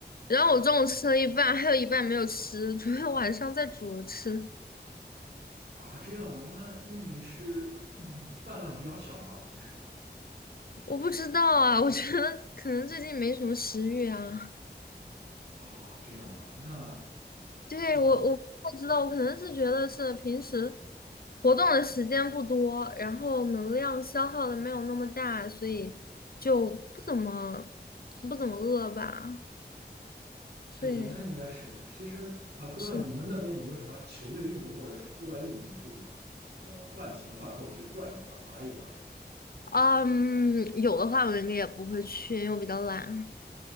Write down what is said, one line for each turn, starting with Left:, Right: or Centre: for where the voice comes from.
Left: 然后我中午吃了一半，还有一半没有吃，准备晚上再煮着吃。
Right: 啊，这样吗？那那你是嗯饭量比较小吗？平时
Left: 我不知道啊，我觉得可能最近没什么食欲啊。
Right: 啊，这样吧，那
Left: 对，
Right: 啊，
Left: 我我不太知道，我可能是觉得是平时活动的时间不多，然后能量消耗的没有那么大，所以就不怎么不怎么饿吧。
Right: 对对，
Left: 对，
Right: 那应该是。其实啊，不知道你们那边有没有什么球类运动或者是户外运动，
Left: 是，
Right: 你可以呃饭前饭后去转一转，玩一玩
Left: 嗯，有的话我应该也不会去，因为我比较懒